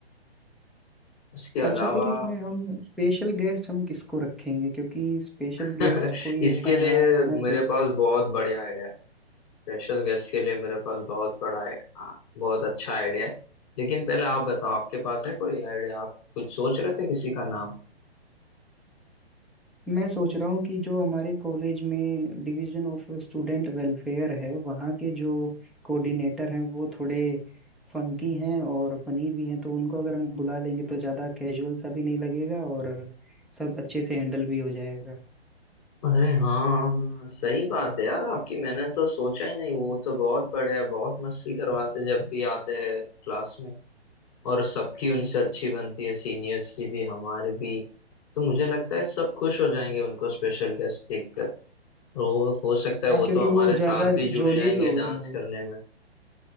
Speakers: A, on the left (about 30°); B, in the centre.
A: उसके अलावा
B: अच्छा फिर इसमें हम स्पेशल गेस्ट हम किसको रखेंगे क्योंकि स्पेशल
A: <laughs>
B: गेस्ट कोई
A: इसके
B: ऐसा
A: लिए
B: हमारा होना चाहिए
A: मेरे पास बहुत बढ़िया आइडिया है स्पेशल गेस्ट के लिए मेरे पास बहुत बड़ा आ, बहुत अच्छा आइडिया है लेकिन पहले आप बताओ आपके पास है कोई आइडिया आप कुछ सोच रहे थे किसी का नाम
B: मैं सोच रहा हूँ कि जो हमारे कॉलेज में डिवीजन ऑफ स्टूडेंट वेलफेयर है वहाँ के जो कोऑर्डिनेटर हैं वो थोड़े फंकी हैं और फनी भी हैं तो उनको अगर हम बुला लेंगे तो ज़्यादा कैजुअल सा भी नहीं लगेगा और सब अच्छे से हैंडल भी हो जाएगा
A: अरे हाँ सही बात है यार आपकी मैंने तो सोचा ही नहीं वो तो बहुत बड़े हैं बहुत मस्ती करवाते जब भी आते हैं क्लास में और सबकी उनसे अच्छी बनती है सीनियर्स की भी हमारे भी तो मुझे लगता है सब खुश हो जाएंगे उनको स्पेशल गेस्ट देखकर और वो हो सकता है
B: हाँ
A: वो तो
B: क्योंकि
A: हमारे
B: वो ज़्यादा
A: साथ भी जुड़
B: जोली
A: जाएंगे
B: लोग
A: डांस
B: हैं वो
A: करने में